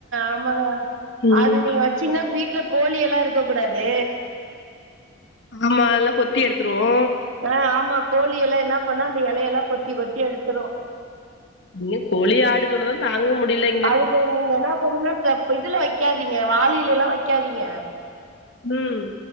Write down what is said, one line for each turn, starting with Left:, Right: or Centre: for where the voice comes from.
Right: ஆமாங்க
Left: ம்
Right: அது நீங்க வச்சீங்கன்னா வீட்டுல கோழி எல்லா இருக்க கூடாது
Left: ஆமா எல்லா கொத்தி எடுத்துருவோ
Right: ஆ ஆமா கோழி எல்லா என்ன பண்ணா அந்த எலையெல்லா கொத்தி கொத்தி எடுத்துரு
Left: இங்க கோழி ஆடு தொல்லதா தாங்க முடியலே
Right: அதுக்கு நீங்க என்ன பண்ணீனா த இதுல வைக்காதீங்க வாலில எல்லா வெக்காதீங்க
Left: ம்